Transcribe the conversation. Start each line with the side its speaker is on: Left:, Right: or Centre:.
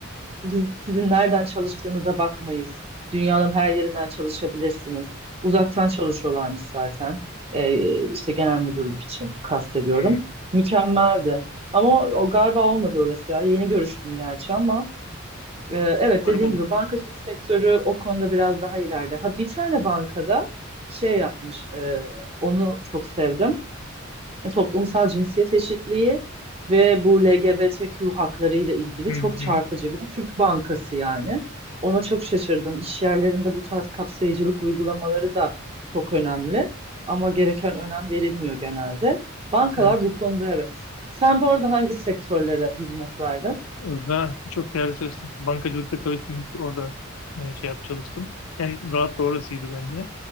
Right: biz sizin nereden çalıştığınıza bakmayız. Dünyanın her yerinden çalışabilirsiniz. Uzaktan çalışıyorlarmış zaten e, işte genel müdürlük için kastediyorum.
Left: Hı.
Right: Mükemmeldi. Ama o, o galiba olmadı orası ya. Yeni görüştüm gerçi ama e, evet
Left: Umarım
Right: dediğin
Left: olur.
Right: gibi bankacılık sektörü o konuda biraz daha ileride. Ha bir tane bankada şey yapmış. e, onu çok sevdim toplumsal cinsiyet eşitliği ve bu LGBTQ hakları ile ilgili
Left: Hı hı.
Right: çok çarpıcı bir de Türk Bankası yani. Ona çok şaşırdım. İş yerlerinde bu tarz kapsayıcılık uygulamaları da çok önemli ama gereken önem verilmiyor genelde. Bankalar
Left: Yani
Right: bu konuda evet. Sen bu arada hangi sektörlere hizmet verdin?
Left: Ve çok değerli çalıştım. Bankacılıkta çalıştım. ki Orada e, şey yap çalıştım. En rahat da orasıydı bence.